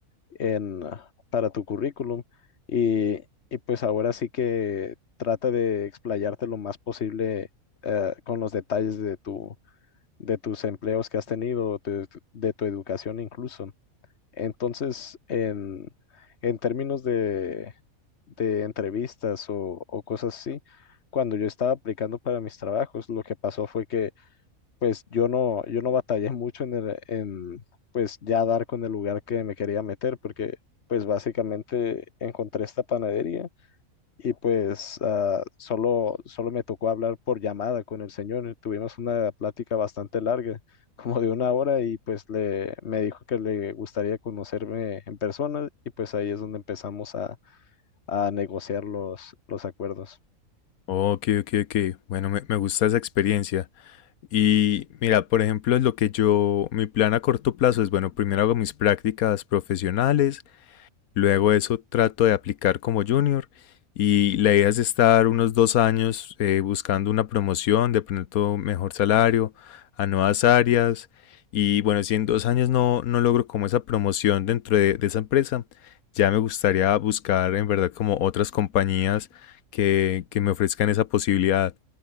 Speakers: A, on the left; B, on the left.
A: En, ah, para tu currículum. Y, y pues ahora sí que trata de explayarte lo más posible eh, con los detalles de tu de tus empleos que has tenido, de, tu de tu educación incluso. Entonces, en, en términos de, de entrevistas o, o cosas así, cuando yo estaba aplicando para mis trabajos, lo que pasó fue que pues yo no, yo no batallé <laughs> mucho en, el- en pues ya dar con el lugar que me quería meter, porque pues básicamente encontré esta panadería y pues ah, solo, solo me tocó hablar por llamada con el señor. Tuvimos una plática bastante larga, como de una hora, y pues le, me dijo que le gustaría conocerme en persona y pues ahí es donde empezamos a, a negociar los, los acuerdos.
B: Ok, ok, ok. Bueno, me, me gusta esa experiencia. Y mira, por ejemplo, lo que yo, mi plan a corto plazo es, bueno, primero hago mis prácticas profesionales Luego eso trato de aplicar como junior y la idea es estar unos dos años eh, buscando una promoción, de pronto mejor salario, a nuevas áreas. Y bueno, si en dos años no, no logro como esa promoción dentro de, de esa empresa, ya me gustaría buscar en verdad como otras compañías que, que me ofrezcan esa posibilidad.